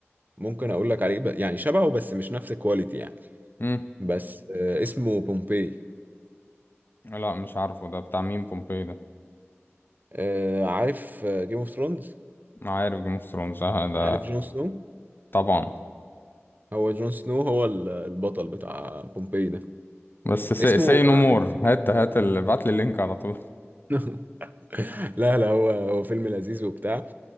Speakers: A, on the right; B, on the left.
A: ممكن اقول لك عليه ب- يعني شبهه بس مش نفس الكواليتي يعني
B: امم
A: بس آه، اسمه بومبي
B: لا مش عارفه ده بتاع مين بومبي ده
A: آه، عارف جيم اوف ثرونز
B: ما عارف جيم اوف ثرونز ده
A: عارف جون سنو
B: طبعا
A: هو جون سنو هو ال- البطل بتاع بومبي ده
B: بس سي,
A: اسمه
B: سي نو مور
A: آه،
B: هات هات ال... ابعت لي اللينك على طول
A: <laughs> لا لا هو هو فيلم لذيذ وبتاع